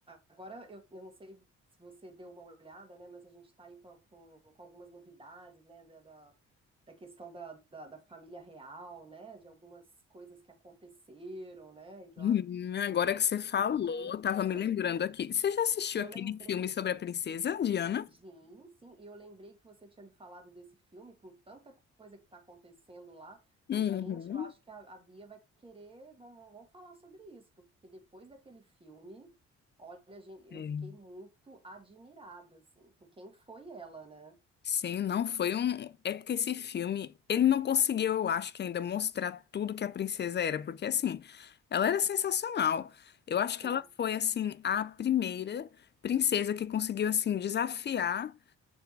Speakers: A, on the right; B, on the left.
A: Agora, eu, eu não sei se você deu uma olhada, né, mas a gente está aí com, com, com algumas novidades, né, da, da, da questão da, da, da família real, né, de algumas coisas que aconteceram, né, e lá,
B: Hum,
A: do-
B: agora que você falou,
A: menina.
B: eu tava
A: É.
B: me lembrando aqui. Você já assistiu
A: E eu
B: aquele
A: lembrei,
B: filme sobre a princesa Diana?
A: Sim, sim, e eu lembrei que você tinha me falado desse filme com tanta coisa que está acontecendo lá. Falei,
B: Uhum.
A: gente, eu acho que a, a Bia vai querer, vamos, vamos falar sobre isso, porque depois daquele filme, olha, gente, eu
B: É.
A: fiquei muito admirada, assim, com quem foi ela, né?
B: Sim, não foi um. É porque esse filme, ele não conseguiu, eu acho que ainda mostrar tudo que a princesa era, porque assim, ela era sensacional. Eu acho
A: Sim,
B: que ela foi assim a primeira princesa que conseguiu assim desafiar